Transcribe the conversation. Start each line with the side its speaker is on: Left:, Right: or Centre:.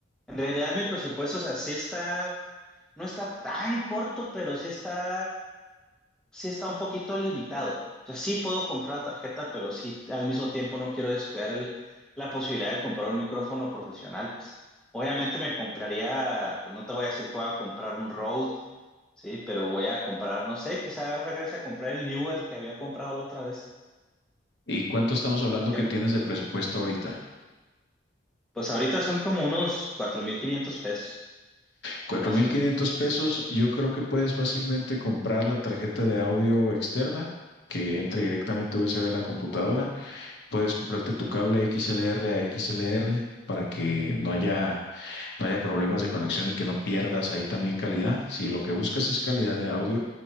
Centre: en realidad mi presupuesto, o sea, sí está, no está tan corto, pero sí está, sí está un poquito limitado. O sea, sí puedo comprar la tarjeta, pero sí al mismo tiempo no quiero descuidar el, la posibilidad de comprar un micrófono profesional, pues. Obviamente me compraría, pues no te voy a decir que voy a comprar un Rode Sí, pero voy a comprar, no sé, quizás regrese a comprar el Newer que había comprado la otra vez.
Left: ¿Y cuánto estamos hablando
Centre: El que
Left: que
Centre: me-
Left: tienes de presupuesto ahorita?
Centre: Pues ahorita son como unos 4.500 pesos,
Left: Cuatro
Centre: más
Left: mil
Centre: o menos.
Left: quinientos pesos, yo creo que puedes fácilmente comprar la tarjeta de audio externa que entre directamente USB a la computadora. Puedes comprarte tu cable XLR a XLR para que no haya, no haya problemas de conexión y que no pierdas ahí también calidad. Si lo que buscas es calidad de audio,